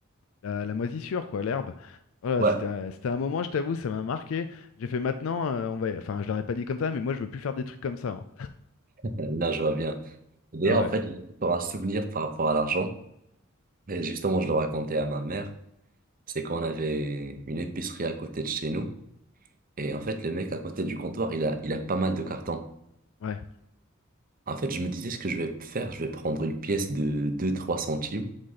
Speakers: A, on the left; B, on the right.
A: la- la moisissure, quoi, l'herbe. Voilà,
B: Ouais.
A: c'était, un- c'était un moment, je t'avoue, ça m'a marqué. J'ai fait maintenant, euh, on va, enfin, je l'aurais pas dit comme ça, mais moi, je veux plus faire des trucs comme ça. hein.
B: Là, je vois bien. D'ailleurs,
A: Ah ouais,
B: en fait, j'ai encore un souvenir par rapport à l'argent. Et justement, je le racontais à ma mère. C'est qu'on avait une épicerie à côté de chez nous. Et en fait, le mec à côté du comptoir, il a, il a pas mal de cartons.
A: ouais,
B: En fait, je me disais ce que je vais faire. Je vais prendre une pièce de deux trois centimes.